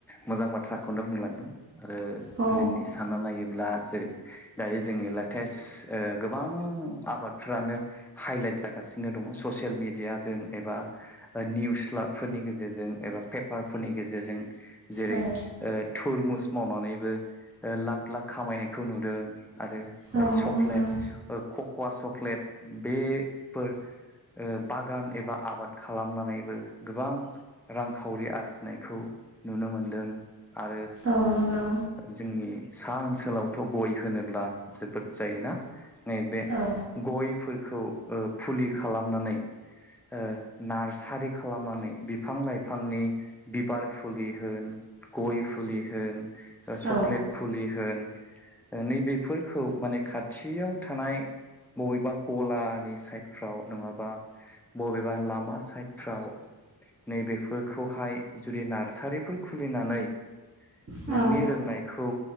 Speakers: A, in the centre; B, on the right.
A: मोजां बाथ्राखौनो बुंलांदों। आरो
B: औ
A: जोंनि सानना नायो ब्ला जेरै दायो जोंङो लेटेस्ट गोबां आबादफ्रानो हाइलाइट जागासिनो दङ ससियेल मिडिया जों एबा निउस लाबफोरनि गेजेरजों एबा पेपारफोरनि गेजेरजों जेरै
B: औ
A: ओ थु रमुस मावनानैबो लाख लाख खामायनायखौ नुदों। आरो
B: औ
A: चक्लेट
B: नंगौ
A: ओ कख खवा चक्लेट बेफोर बाग गान एबा आबाद खालामनानैबो गोबां रांखावरि आरजिनायखौ नुनो मोन दों आरो
B: औ नंगौ
A: जोंनि सा ओनसोलावथ' गय होनोब्ला जोबोद जायोना। नैबे
B: औ
A: गयफोर खौ ओ फुलि खालामनानै ओ नार्सारि खालामनानै बिफां लाइफांनि बिबार फुलि हो न, गय फुलि होन,
B: औ
A: चक्लेट फुलि होन नैबेफोरखौ माने खा थियाव थानाय बबेबा गलानि साइडफ्राव नङाबा बबेबा लामा साइडफ्राव नैबेफोरखौहाय जुदि नार्सारिफोर खुलिनानै
B: औ
A: नोंनि रोंनायखौ